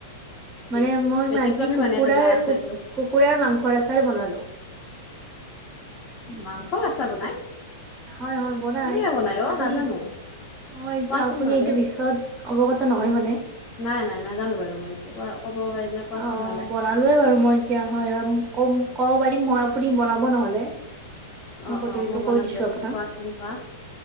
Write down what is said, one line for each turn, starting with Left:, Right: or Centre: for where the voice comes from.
Left: বে
Right: মানে, মই
Left: ব্যতিক্ৰমী
Right: আজি কুকুৰাৰ,
Left: মানে তোমাৰ আচাৰটো।
Right: কুকুৰাৰ মাংসৰ আচাৰ বনালো।
Left: মাংসৰ আছাৰ বনাই?
Right: হয়, হয়, বনাই
Left: কেনেকে অ'
Right: আপুনি।
Left: নাজানো
Right: অ', এতিয়া
Left: কোৱাচোন
Right: আপুনি
Left: নহ'লে।
Right: এইটো বিষয় পিছত অৱগত নহয় মানে।
Left: নাই, নাই, নাজানো বাৰু, মই এইটো কোৱা ক'ব পাৰিলে কোৱাচোন,
Right: অ
Left: নহ'লে।
Right: বনালোৱে বাৰু মই এতিয়া হয়, হয়, কম ক'ব পাৰিম মই, আপুনি বনাব নহ'লে।
Left: অ
Right: মই পদ্ধতিটো
Left: অ বনাম
Right: কৈ দিছো
Left: দিয়াচোন
Right: আপোনাক।
Left: কোৱাচোন কোৱা